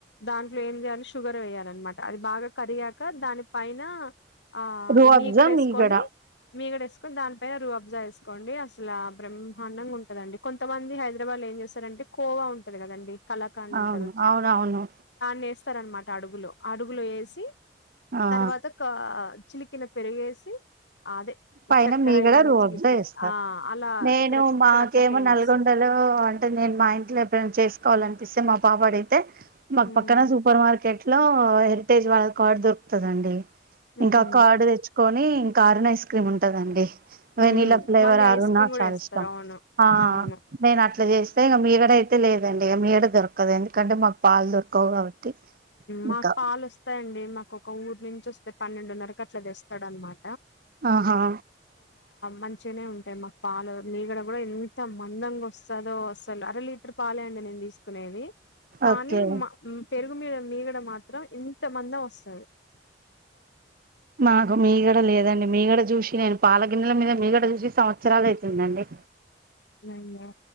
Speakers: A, on the left; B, on the right.
A: దాంట్లో ఏం చేయాలి షుగర్ వేయాలిన్నమాట అది బాగా కరిగాక దాని పైన ఆ
B: రూఅబ్జా
A: మీక్కడ వేసుకొని
B: మీగడ
A: మీగడ వేసుకొని దానిపైన రూ అబ్జా వేసుకోండి అసలు ఆ బ్రహ్మాండంగా ఉంటదండి కొంతమంది హైదరాబాద్ ఏం చేస్తారంటే కోవా ఉంటది కదండి కళాకాడ్ అంటారు
B: అవును అవునవును
A: లేస్తారన్నమాట అడుగులో అడుగులో వేసి
B: ఆ
A: తర్వాత కా చిలికి పెరుగు ఎసి అదే
B: పైన
A: చక్కెర
B: మీగడ
A: ఇవన్నీ
B: రోబ్జా
A: చిరికిిన
B: ఏస్తారు
A: ఆ అలా
B: నేను
A: ఇక్కడ
B: మాకేమో
A: ఇక్కడ అట్లా ఫేమస్
B: నల్గొండలో అంటే నేను మా ఇంట్లో ఎప్పుడైనా చేసుకోవాలంటే పసే మా పాప అడితే మా
A: ఉమ్
B: పక్కన సూపర్ మార్కెట్ ఇ లో హెరిటేజ్ వాళ్ళ కార్డు దొరుకుతుదండి ఇంకా
A: ఉహు
B: కార్డు తెచ్చుకొని అరుణ్ ఐస్ క్రీమ్ ఉంటదండి వెనీలా
A: ఉమ్
B: ఫ్లేవర్
A: మళ్ళీ
B: ఆరు
A: ఐస్ క్రీమ్
B: నాకు
A: కూడా
B: చాలా
A: వేస్తారు
B: ఇష్టం
A: అవును
B: ఆ
A: అవును
B: నేను ఇట్లా చేస్తే ఇక మీగడ అయితే లేదండి ఇక మీగడ దొరకదు ఎందుకంటే మాకు పాలు దొరకవు కాబట్టి
A: మాకు
B: ఇంకా
A: పాలు వస్తాయంండి మాకు ఒక ఊరు నుంచి వస్తే పన్నెండున్నరకు అట్ల తెస్తాడు అనమాట
B: ఆహా
A: మంచిగానే ఉంటాయి మాకు పాలు మీగడ కూడా ఎంత మందంగా వస్తుందో అసలు అర లీటర్ పాలేంట తీసుకునేది కానీ
B: ఓకే
A: పెరుగు మీ మీగడ మాత్రం ఇంత మందం వస్తు
B: మాకు మీగడా లేదండి మీ కూడాడ చూసి నేను పాలగిన్నెల మీద మీగడ చూసి సంవత్సరాలు అవుతుందండి
A: అయ్యో